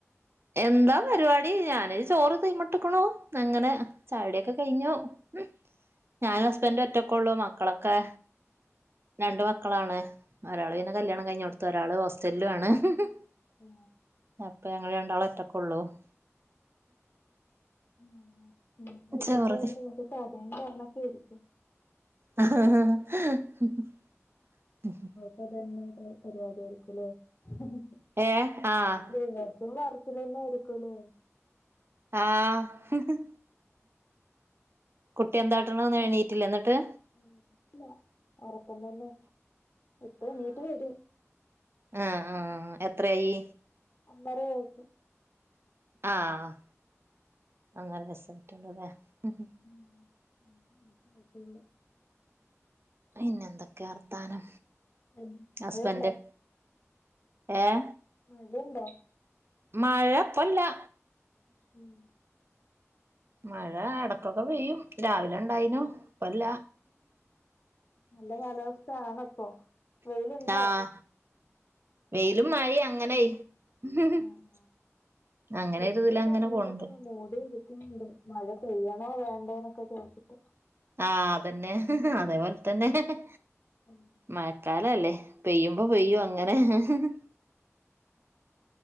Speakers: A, on the right; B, on the left.
A: എന്താ പരിപാടി ഞാനൊര് ചോറ് തീ് മുട്ടിക്കുണു നങ്ങനെ ചായടിയൊക്കെ കഴിഞ്ഞോ? !!!! ഞാനു ഹസ്ബൻഡു ഒറ്റക്കൊള്ളു മക്കളൊക്കെ രണ്ട് മക്കളാണ് ഒരാള് പിന്ന കല്യാണം കഴിഞ്ഞൊടുത്തു ഒരാള് ഹോസ്റ്റല്ലു ആണ്! !!!!
B: എ ആ
A: അപ്പ ഞങ്ങള് രണ്ടാളു ഒറ്റക്കൊള്ളൂ <inaudible>
B: മ് ഞ ഒറ്റക്കയോണ്ട്
A: ചോറ്
B: കഥ യും പറഞ്ഞൊക്കെരിക്കും
A: അഹഹഹ! !!!!!
B: പ്പതന്നെ <unintelligible> പരിപാടിയാരിക്കുല്ലേ <inaudible>
A: ഏ ആഹ്
B: ദിവസം വറച്ചില് ന്നെ ആരിക്കുലെ
A: ആഹ് ഹ് ഹ് കുട്ടി എന്താട്ടണോന്നെണീറ്റില്ലേ ന്നിട്ട്?
B: എണീറ്റിട്ടില്ല ഒറക്കം തന്നെ ഇപ്പൊണീറ്റു വരു
A: അ ആ ആഹ് എത്രെയി?
B: <inaudible> ഒന്നെര വയസ്
A: ആഹ് ആ ഒന്നരസ്സയിട്ടൊള്ളുല്ലേ ഹ് ഹ്
B: <inaudible>
A: പിന്നെന്തൊക്കെയർത്താനം
B: ഉം
A: അസ്ബന്റ്
B: മഴയുണ്ടോ
A: ഏഹ്?
B: മടിണ്ടൊ?
A: മഴപ്പൊല്ലാ
B: ഉം
A: മഴാ എടക്കൊക്ക പെയ്യും രാവിലണ്ടായിനു പ്പല്ല
B: നല്ല കാലാവസ്ഥ ആണൊ പ്പൊ? വെയില്ണ്ടോ?
A: ആഹ് വെയിലും മഴയു അങ്ങനയ് !
B: ആഹ്
A: !
B: ആഹ്
A: !!! അങ്ങനെ
B: ഇവിടെ
A: തുലങ്ങന
B: ഇപ്പ അങ്ങനെയൊക്കെ
A: പോണ് ണ്ട്‌
B: തന്നെ മൂടി ഇരിക്ക്ന്ന്ണ്ട് മഴ പെയ്യണോ വേണ്ടെന്നൊക്ക <unintelligible>
A: ആഹ് അതെന്നെ ഹ് ഹ് അതേ പോൽ തന്നെ ഹെ ഹെ
B: <inaudible>
A: മയക്കാലല്ലെ പെയ്യുമ്പൊ പെയ്യു അങ്ങനെ ഹ ഹ ഹ